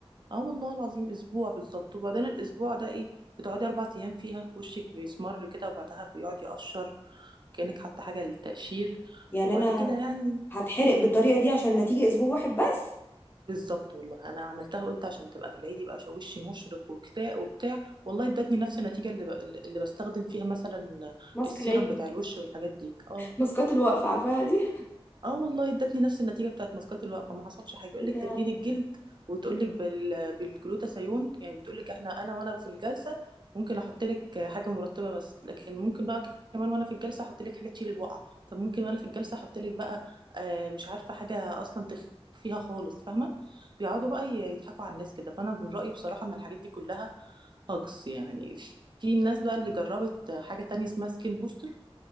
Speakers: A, on the right; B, on the left.
A: اه والله العظيم أسبوع بالظبط وبعدين الأسبوع ده إيه بتقعدي أربع أيام فيها وشك بيسمر كده وبعدها بيقعد يقشر كأنك حاطة حاجة للتقشير
B: يعني
A: وبعد
B: انا
A: كده يعني
B: هتحرق بالطريقه دي عشان نتيجه اسبوع واحد بس
A: بالظبط والله أنا عملتها قلت عشان تبقى في العيد يبقى شو- وشي مشرق وكتاء وبتاع والله ادتني نفس النتيجة اللي, ب... اللي بستخدم فيها مثلا
B: ماسك
A: السيرم
B: العيد
A: بتاع الوش والحاجات دي اه
B: ماسكات الوقفه عارفاها دي
A: اه والله ادتني نفس النتيجه بتاعت ماسكات الوقفه ما حصلش حاجه يقول
B: إيه
A: لك
B: ده-
A: تجديد الجلد وتقول لك بال... بالجلوتاثيون يعني بتقول لك احنا انا وانا في الجلسه ممكن احط لك حاجه مرطبه بس لكن ممكن بقى كمان وانا في الجلسه احط لك حاجه تشيل البقع طب ممكن وانا في الجلسه احط لك بقى آه مش عارفه حاجه اصلا تخفيها خالص فاهمه بيقعدوا بقى ي- يضحكوا على الناس كده فانا من رايي بصراحه ان الحاجات دي كلها هاكس يعني في في الناس بقى اللي جربت حاجه تانية اسمها سكين بوستر